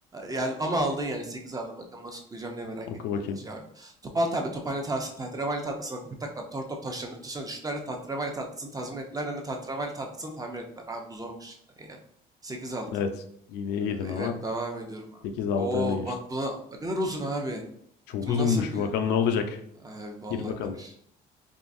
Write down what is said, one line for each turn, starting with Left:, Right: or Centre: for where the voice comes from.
Right: Yani ama aldın yani 8 aldı bakalım nasıl okuyacağım diye merak
Left: Oku
Right: ettim
Left: bakayım.
Right: ikinci abi. Topal Talbe, Tophane Tahsin, Tahterevalli Tahtası'na tepi taklap, tor top taşlarının üstüne düştüler de Tahterevalli Tahtası'nı tazmin ettiler hem de Tahterevalli Tahtası'nı tamir ettiler. Abi bu zormuş cidden ya. sekiz altı
Left: Evet. Yine iyiydin
Right: Yine
Left: ama
Right: devam ediyorum abi.
Left: sekiz altı
Right: Oo
Left: öne geçtin.
Right: bak bu da ne kadar uzun abi.
Left: Çok
Right: Bunu
Left: uzunmuş.
Right: nasıl okuyor?
Left: Bakalım ne olacak.
Right: Ay vallahi
Left: Gir bakalım.
Right: karış.